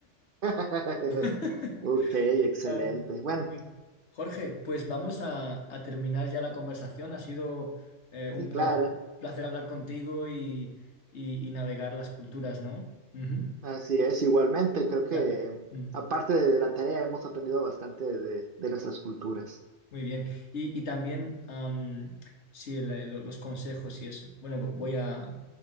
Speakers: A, on the right (about 55°); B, on the left (about 70°).
A: <laughs>
B: <laughs>
A: Ok, excelente.
B: Ah,
A: Bueno,
B: bien. Jorge, pues vamos a, a terminar ya la conversación. Ha sido eh, un
A: sí,
B: pla-
A: claro,
B: placer hablar contigo y, y- y navegar las culturas, ¿no? Ujú.
A: así es. Igualmente, creo que
B: Ya. Mm,
A: aparte de la tarea hemos aprendido bastante de, de nuestras culturas.
B: Muy bien. Y, y también am, sí, el- el- los consejos y eso. Bueno, vo- voy a,